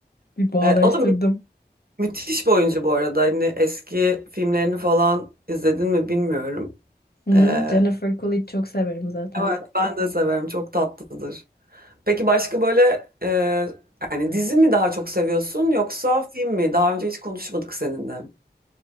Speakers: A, on the left (about 60°); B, on the right (about 60°).
A: Bir bağdaştırdım.
B: E, o da mü- müthiş bir oyuncu bu arada. Hani eski filmlerini falan izledin mi bilmiyorum.
A: Hı,
B: E,
A: Jennifer Coolidge çok severim zaten.
B: evet ben de severim. Çok tatlıdır. Peki başka böyle e, yani dizi mi daha çok seviyorsun yoksa film mi? Daha önce hiç konuşmadık seninle.